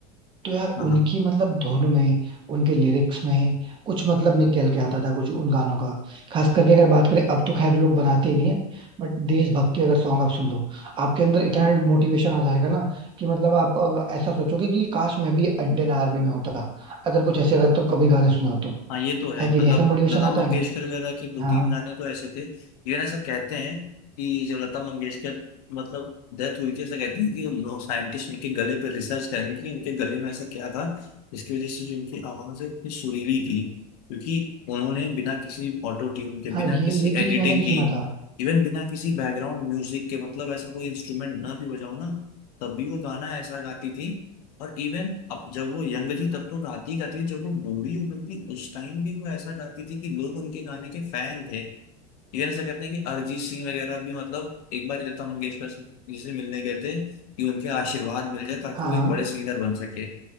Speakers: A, on the right; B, on the left.
A: तो यार
B: हाँ
A: उनकी मतलब धुन में उनके लिरिक्स में कुछ मतलब निकल के आता था कुछ उन गानों का खास करके अगर बात करें अब तो खैर लोग बनाते ही नहीं है बट देशभक्ति अगर सॉन्ग आप सुन लो आपके अंदर इतना मोटिवेशन आ जाएगा ना कि मतलब आप अ, ऐसा सोचोगे कि काश मैं भी इंडियन आर्मी में होता अगर कुछ ऐसे अगर तुम कभी गाने सुने हो तो
B: हाँ ये तो है
A: है कि
B: मतलब
A: नहीं ऐसा मोटिवेशन
B: लता
A: आता
B: मंगेशकर
A: है ना
B: वगैरह के दो
A: हाँ
B: तीन गाने तो ऐसे थे इवन ऐसा कहते हैं कि जब लता मंगेशकर मतलब डेथ हुई थी ऐसा कहते हैं कि लोग साइंटिस्ट उनके गले पर रिसर्च करेंगे कि उनके गले में ऐसा क्या था जिसकी वजह से जो उनकी आवाज है इतनी सुरीली थी क्योंकि उन्होंने बिना किसी ऑटो ट्यून के
A: हाँ
B: बिना
A: ये
B: किसी
A: ये
B: एडिटिंग
A: चीज मैंने भी
B: की
A: सुना था
B: इवन बिना किसी बैकग्राउंड म्यूजिक के मतलब ऐसा कोई इंस्ट्रूमेंट ना भी बजाओ ना तब भी वो गाना ऐसा गाती थी और इवन अब जब वो यंग थी तब तो गाती गाती थी जब वो बूढ़ी हो गई थी उस टाइम भी वो ऐसा गाती थी कि लोग उनके गाने के फैन थे इवन ऐसा कहते हैं कि अरिजीत सिंह वगैरह भी मतलब एक बार लता मंगेशकर से- जी से मिलने गए थे कि उनके आशीर्वाद मिल जाए ताकि
A: हाँ
B: वो
A: हाँ
B: एक बड़े सिंगर बन सके